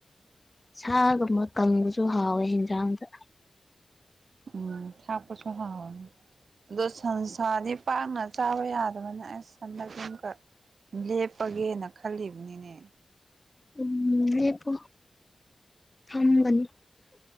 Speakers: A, on the left (about 20°); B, on the right (about 80°).
A: ꯁꯥꯒꯨꯝꯕ ꯀꯪꯕꯁꯨ ꯍꯥꯎꯋꯦ ꯌꯦꯟꯖꯥꯡꯗ
B: ꯎꯝ ꯊꯥ ꯄꯁꯨ ꯍ ꯑꯗꯣ ꯁꯟꯁꯥꯗꯤ ꯄꯥꯛꯅ ꯆꯥꯕ ꯌꯥꯗꯕꯅꯤꯅ ꯑꯦꯁ ꯁꯟꯗꯀ ꯂꯦꯞꯄꯒꯦꯅ ꯈꯜꯂꯤꯕꯅꯤꯅꯦ
A: ꯎꯝ ꯑ ꯄꯣ ꯑꯝꯕꯅꯤ